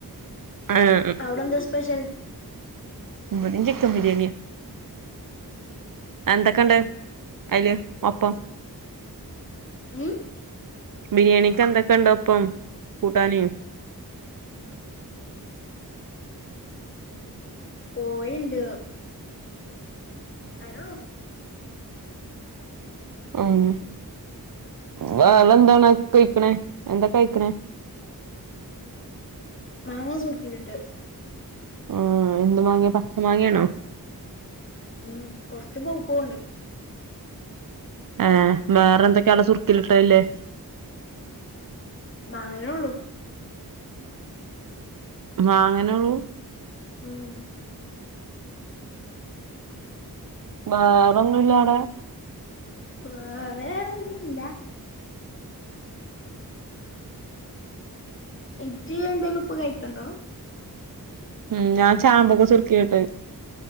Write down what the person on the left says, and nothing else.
അവിടെ എന്താ സ്പെഷ്യൽ
ഉം
കോയിണ്ട് അതന്നെളൂ
മാങ്ങ സുർക്കിയിലിട്ട്
മം കൊറച്ച് പൗ പൂണ്ട്
മാങ്ങ ഉളൂ
ഉം
വേറെേഒന്നുല്ല ഇജി എന്തേലും ഇപ്പം കഴിക്കണ്ടോ